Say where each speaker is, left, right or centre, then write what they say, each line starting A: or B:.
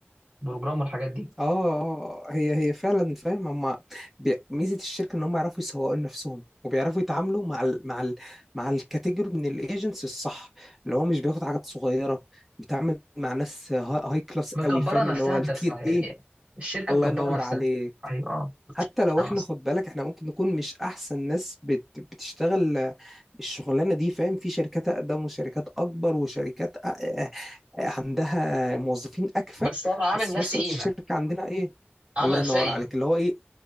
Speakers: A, on the right; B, in the centre.
A: البروجرام والحاجات دي
B: اه اه هي هي فعلا فاهم هم بي... ميزه الشركه ان هم يعرفوا يسوقوا لنفسهم وبيعرفوا يتعاملوا مع ال... مع ال... مع الكاتيجوري من الايجنتس الصح اللي هو مش بياخد حاجات صغيره بيتعامل مع ناس هاي, هاي كلاس
A: مكبره
B: قوي فاهم
A: نفسها
B: اللي هو التير
A: بنفسها يعني
B: ايه
A: الشركه
B: الله
A: مكبره
B: ينور
A: نفسها
B: عليك
A: ايوه اه
B: حتى لو
A: فاهم
B: احنا
A: قصدي
B: خد بالك احنا ممكن نكون مش احسن ناس بت بتشتغل آه، الشغلانه دي فاهم في شركات اقدم وشركات اكبر وشركات أ- آه، آه، عندها موظفين اكفأ
A: بس انا عامل
B: بس
A: نفسي
B: في نفس الوقت
A: قيمه
B: الشركه عندنا ايه
A: عامل
B: الله
A: نفسها
B: ينور
A: قيمه
B: عليك اللي هو ايه